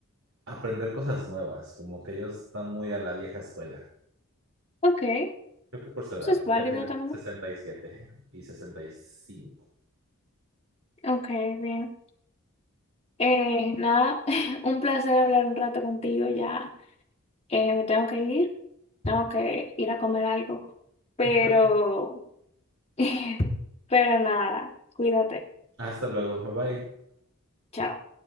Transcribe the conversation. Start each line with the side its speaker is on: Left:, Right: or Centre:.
Right: aprender cosas nuevas, como que ellos están muy a la vieja escuela.
Left: Ok, eso
Right: Creo que por su edad,
Left: es válido
Right: ya tienen
Left: también.
Right: sesenta y 65.
Left: Ok, bien. Eh, nada, <laughs> un placer hablar un rato contigo. Ya eh, me tengo que ir, tengo que ir a comer algo, pero,
Right: Va que va.
Left: <laughs> pero nada, cuídate.
Right: Hasta luego, bye bye.
Left: Chao.